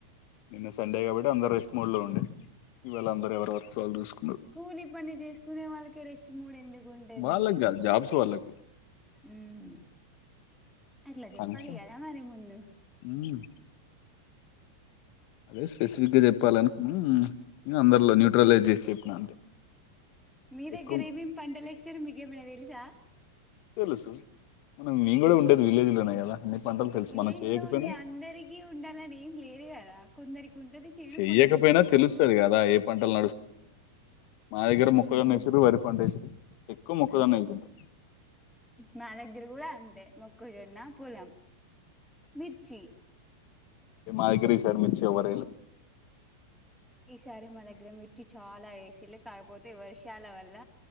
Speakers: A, on the left (about 45°); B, in the centre.
A: నిన్న సండే కాబట్టి అందరు రెస్ట్ మోడ్ లో ఉండే ఇవాళ అందరూ ఎవరు వర్క్స్ వాళ్ళు చూసుకో
B: కూలి పని చేసుకునే వాళ్ళకి రెస్ట్ మూడ ఎందుకు గుంటేది
A: వాళ్ళకి కాదు జాబ్స్ వాళ్ళకి
B: ఉమ్ అట్లా చెప్పాలి
A: కనీసం
B: కదా మరి ముందు
A: మ్మ్ అదే స్పెసిఫిక్గా చెప్పాల అనుకున్నా నేను అందరిలో న్యూట్రలైజ్ చేసి చెప్పినను అంతే
B: మీ దగ్గర
A: ఎక్కువ
B: ఏమేం పంటలు వేస్తారు మీకేమైనా తెలుసా
A: తెలుసు మేము కూడా ఉండేది విలేజ్ లోనే కదా పంటలు తెలుసు
B: విలేజ్
A: మనం చేయకపోయినా
B: లో ఉండే అందరికి ఉండాలని ఏం లేదు కదా కొందరికి ఇ ఉంటది చేను
A: చెయ్యకపోయినా
B: కొందరికి ఉండదు
A: తెలుస్తది కదా ఏ పంటలు మా దగ్గర
B: ఉహు
A: ముక్కజన్న వేసిరూ వరిపంట వేసిరి ఎక్కువ ముక్కజొన్న
B: అ
A: వేసారు
B: మా దగ్గర కూడా అంతే మొక్కజొన్న పొలం మిర్చి
A: మాగరి సార్ మించివరల
B: ఈసారి మా దగ్గర మిర్చి చాలా వేస్త లు కాకపోతే వర్షాల వల్ల